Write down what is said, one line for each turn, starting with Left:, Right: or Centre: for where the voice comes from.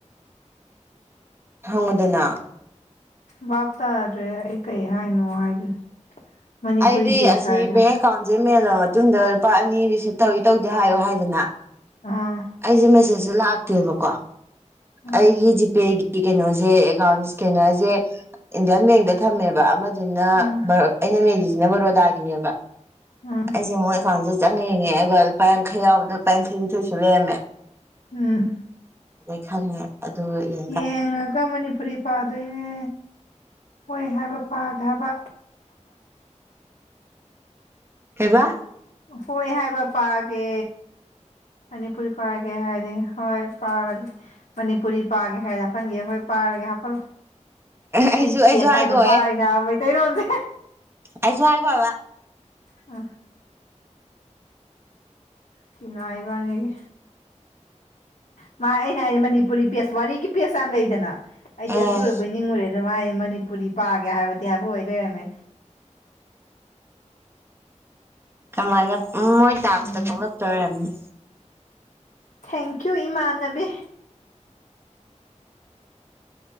Right: ꯍꯪꯉꯨꯗꯅ
Left: ꯚꯥꯞ ꯇꯥꯗ꯭ꯔꯦ ꯑꯩ ꯀꯔꯤ ꯍꯥꯏꯅꯣ ꯍꯥꯏꯒꯦ ꯃꯅꯤꯄꯨꯔꯤ
Right: ꯑꯩꯗꯤ
Left: ꯄꯦꯁ
Right: ꯑꯁꯤ
Left: ꯍꯥꯏꯗꯅ
Right: ꯕꯦꯡ ꯑꯦꯀꯥꯎꯟꯁꯦ ꯃꯦꯜꯂ ꯃꯇꯨꯡꯗ ꯂꯨꯄꯥ ꯑꯅꯤ ꯔꯤꯁꯤꯞ ꯇꯧꯋꯤ ꯇꯧꯗꯦ ꯍꯥꯏꯌꯨ ꯍꯥꯏꯗꯅ
Left: ꯑꯥ
Right: ꯑꯩꯁꯤ ꯃꯦꯁꯦꯖ ꯁꯦ ꯂꯥꯛꯇꯦꯕꯀꯣ
Left: ꯎꯝ
Right: ꯑꯩꯒꯤ ꯖꯤꯄꯦꯒꯤ ꯀꯩꯅꯣꯁꯦ ꯑꯦꯀꯥꯎꯟ ꯏꯁꯀꯦꯅꯔꯁꯦ ꯏꯟꯗꯤꯌꯥꯟ ꯕꯦꯡꯗ ꯊꯝꯃꯦꯕ ꯑꯃ ꯑꯗꯨꯅ
Left: ꯎꯝ
Right: ꯑꯩꯅ ꯃꯦꯂꯤꯁꯤꯅ ꯕꯔꯣꯗꯥꯒꯤꯅꯦꯕ꯫
Left: ꯎꯝ
Right: ꯑꯩꯁꯦ ꯑꯃꯨꯛ ꯑꯦꯀꯥꯎꯟꯁꯦ ꯆꯪꯅꯤꯡꯉꯦ ꯑꯗꯨꯒ ꯂꯨꯄꯥ ꯌꯥꯡꯈꯩ ꯌꯥꯎꯕꯗ ꯂꯨꯄꯥ ꯌꯥꯡꯈꯩꯅꯤꯊꯣꯏꯁꯨ ꯂꯩꯔꯝꯃꯦ꯫
Left: ꯎꯝ
Right: <unintelligible> ꯑꯗꯨꯒ ꯌꯦ
Left: ꯌꯦꯡꯉꯒ ꯃꯅꯤꯄꯨꯔꯤ ꯄꯥꯗꯣꯏꯅꯦ ꯍꯣꯏ ꯍꯥꯏꯕ ꯄꯥꯒꯦ ꯍꯥꯏꯕ꯫
Right: ꯀꯩꯕꯥ?
Left: ꯍꯣꯏ ꯍꯥꯏꯕ ꯄꯥꯒꯦ꯫ ꯃꯅꯤꯄꯨꯔꯤ ꯄꯥꯔꯒꯦ ꯍꯥꯏꯔꯗꯤ ꯍꯣꯏ ꯄꯥꯔꯒꯦ꯫ ꯃꯅꯤꯄꯨꯔꯤ ꯄꯥꯒꯦ ꯍꯥꯏꯔꯗ ꯍꯥꯐꯟꯒꯦ ꯍꯣꯏ ꯄꯥꯔꯒꯦ ꯍꯥꯞꯐꯜꯂꯣ꯫
Right: ꯑꯩꯁꯨ
Left: ꯑꯩꯗꯤ ꯄꯦꯁ
Right: ꯑꯩꯁꯨ ꯍꯥꯏꯒꯣꯍꯦ
Left: ꯍꯥꯏꯗꯣ ꯄꯥꯏ ꯅꯕ ꯃꯩꯇꯩꯔꯣꯜ ꯖꯦ꯫
Right: ꯑꯁꯨ ꯍꯥꯏ ꯒꯣ ꯍꯥꯏꯕ ꯫
Left: ꯑ ꯇꯤꯅꯥ ꯏꯕꯥꯅꯤꯒꯤ ꯃꯥ ꯑꯩꯅ ꯍꯥꯏ ꯃꯅꯤꯄꯨꯔꯤ ꯄꯦꯖ ꯋꯥꯔꯤꯒꯤ ꯄꯦꯖ ꯌꯥꯝ ꯂꯩꯗꯅ ꯑꯩꯗꯤ
Right: ꯑꯦ
Left: ꯑꯗꯨꯔꯕꯣꯏ ꯅꯤꯡꯉꯨꯔꯦ ꯑꯗꯨ ꯃꯥꯥꯏ ꯃꯅꯤꯄꯨꯔꯤ ꯄꯥꯒꯦ ꯍꯥꯏꯕꯗꯤ ꯍꯥꯏꯕꯍ ꯑꯣꯏ ꯂꯩꯔꯝꯃꯦ꯫
Right: ꯀꯃꯥꯏꯅ ꯎ ꯃꯣꯏ ꯇꯥꯛꯁꯇ
Left: ꯎꯝ
Right: ꯊꯣꯛꯂꯛꯇꯣꯏ ꯑꯣꯏꯔꯝꯅꯤ꯫
Left: ꯊꯦꯡꯀ꯭ꯌꯨ ꯏꯃꯥꯟꯅꯕꯤ꯫